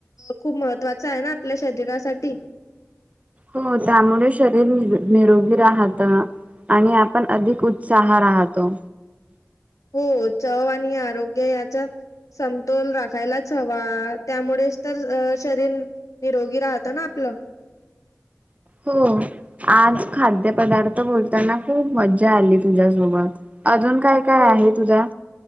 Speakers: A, on the left; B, on the right.
A: खूप महत्त्वाच आहे ना आपल्या शरीरासाठी.
B: हो त्यामुळे शरीर नीर निरोगी राहत. आणि आपण अधिक उत्साह राहतो.
A: हो चव आणि आरोग्य याचा समतोल राखायलाच हवा, त्यामुळेच तर अ शरीर निरोगी राहत ना आपल.
B: हो, आज खाद्यपदार्थ बोलताना खूप मज्या आली तुझ्यासोबत, अजून काय काय
A: हो
B: आहे तुझा?